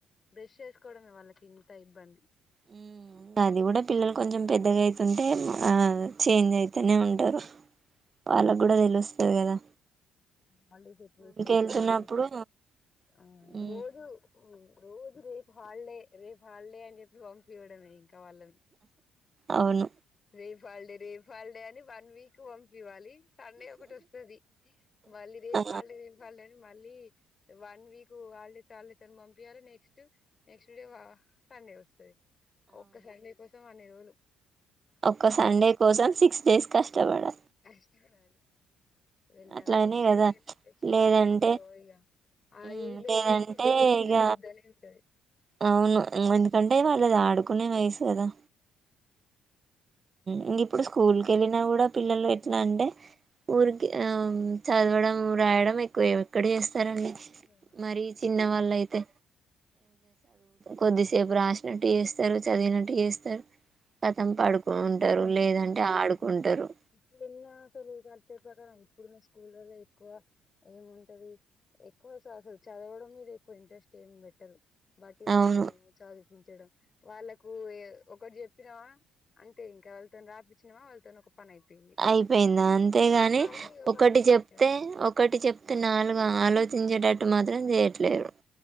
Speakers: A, on the left; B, on the right.
A: బ్రష్ చేసుకోవడమే వాళ్ళకి ఇంత ఇబ్బంది
B: హ్మ్మ్ అది కూడా పిల్లలు కొంచెం పెద్దగా అయితుంటే ఆ చేంజ్ అయి తనే ఉంట వాల కూడాడదల్ వస్త వగరా
A: హాలిడేస్ ఎప్పుడు వస్తాయి
B: వెళ్తున్నప్పుడు
A: హల్డీస్ ఆ
B: ఉమ్,
A: రోజు రోజు రేపు హాలల్డే రేపు హాలల్డే అని చెప్పి పంపి ఇవ్వడమే కావాల
B: అవును
A: రే ఫల్డే రే ఫాల్డే అని వన్ వీక్ వం దివాళి సండే ఒకటి వస్తుంది మళ్లీ రేపు
B: ఆ,
A: హాలిడే రేపు మళ్లీ మళ్ళీ వన్ వీక్ హాలిడేస్ హాలిడేస్ అని పంపిచాలి నెక్స్ట్ నెక్స్ట్ డే సండే వస్తు ఒక సండే కోసం <unintelligible> అవును
B: ఒక సండే కోసం సిక్స్ డేస్ కష్టపడాలి.
A: కష్టపడాలి వెళ్ళాలి
B: అట్లనే
A: ఎవరికైనంతే
B: కదా
A: చిన్న
B: లేదంటే
A: ఏజ్ లో ఇగ ఆ
B: మ్మ్
A: ఏజ్ లో
B: లేదంటే
A: ఎవరికి స్కూల్కి
B: ఇక
A: వెళ్ళొద్దనే ఉంటది.
B: అవును ఎందుకంటే వాళ్ళది ఆడ కునే వయసు కదా ఇంగ ఇప్పుడు స్కూల్ కెళ్ళినా కూడా పిల్లలు ఎట్లా అంటే ఊరికి ఆ చదవడం రాయడం ఎక్కువే ఇక్కడే ఏస్తారండి
A: ఎక్కువ అవును
B: మరీ చిన్న వాళ్ళయితే కొద్దిసేపు రాసినట్టు చేస్తారు చదివినట్టు చేస్తారు కతం పడుకుంటారు
A: ఎక్కువ అయితే పడుకోబెట్టడం
B: లేదంటే
A: <unintelligible>
B: ఆడుకుంటారు
A: ఇప్పుడున్న <unintelligible> <unintelligible> ప్రకారం ఇప్పుడున్న స్కూళ్లలో ఎక్కువ ఏముంటది ఎక్కువస అసలు చదవడం మీద ఎక్కువ ఇంట్రెస్ట్ ఏం పెట్టరు. బట్టి బట్టీయడం
B: అవును
A: చదిపించడం వాళ్ళలకు ఏ ఒకటి చెప్పినావా అంతే ఇంకా వాళ్ళతో రాపిచ్చినా వాళ్ళతో ఒక పని అయిపోయింది.
B: అయిపోయింది అంతేగాని
A: వాళ్ళు ఇగ
B: ఒకటి
A: పడుకోబెట్టడం
B: చెప్తే ఒకటి చెప్తే
A: ఆ
B: నాలుగు ఆలో చించే టట్టు మాత్రం చేయట్లేరు